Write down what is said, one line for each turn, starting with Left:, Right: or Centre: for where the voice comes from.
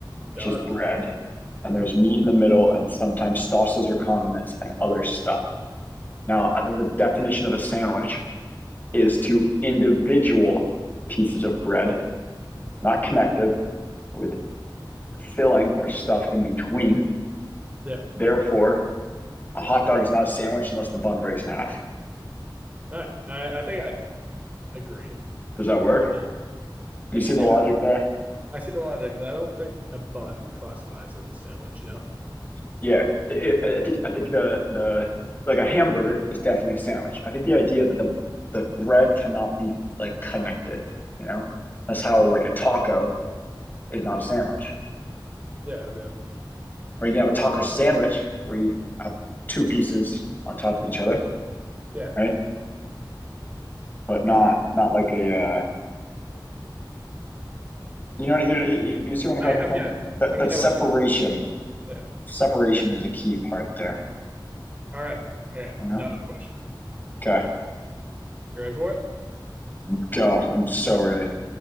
Left: which
Right: does.
Left: is bread, and
Right: Mm-hmm.
Left: there's meat in the middle and sometimes sauces or condiments and other stuff. Now, I think the definition of a sandwich is two individual pieces of bread, not connected, with filling or stuff in between.
Right: Yeah.
Left: Therefore, a hot dog is not a sandwich unless the bun breaks in half.
Right: All right. I, I think I agree.
Left: Does that work?
Right: Uh,
Left: Do
Right: It's
Left: you see the
Right: yeah,
Left: logic there?
Right: I see the logic, and I don't think a bun classifies as a sandwich, you know?
Left: Yeah, it, I think I think the the like a hamburger is definitely a sandwich. I think the idea that the the bread cannot be like connected, you know, that's how like a taco is not a sandwich.
Right: Yeah, I mean,
Left: Or you can have a taco sandwich where you have two pieces on top of each other,
Right: yeah.
Left: right? But not not like a uh, you know you, you, you see where I'm
Right: I,
Left: coming
Right: I'm
Left: from?
Right: getting
Left: That
Right: I'm
Left: that
Right: getting
Left: separation
Right: what you yeah.
Left: separation is a key part there.
Right: All right. I got
Left: You
Right: another
Left: know?
Right: question.
Left: Okay,
Right: You ready for it?
Left: go. I'm so
Right: <laughs> All
Left: ready.